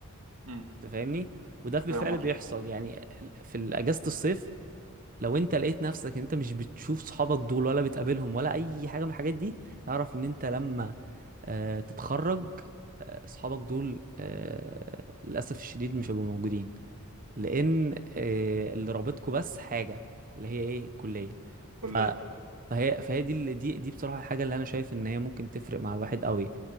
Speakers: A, on the right (about 80°); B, on the right (about 40°).
A: امم
B: انت فاهمني وده بالفعل
A: فاهم قصدي
B: بيحصل يعني في اجازة الصيف لو انت لقيت نفسك ان انت مش بتشوف صحابك دول ولا بتقابلهم ولا اي حاجة من الحاجات دي اعرف ان انت لما آه، تتخرج آه، صحابك دول آه، للأسف الشديد مش هيبقوا موجودين لان آه، اللي رابطكم بس حاجه اللي هي ايه الكليه
A: كلية
B: ف فهي فهي دي اللي- دي دي بصراحه الحاجه اللي انا شايف ان هي ممكن تفرق مع الواحد قوي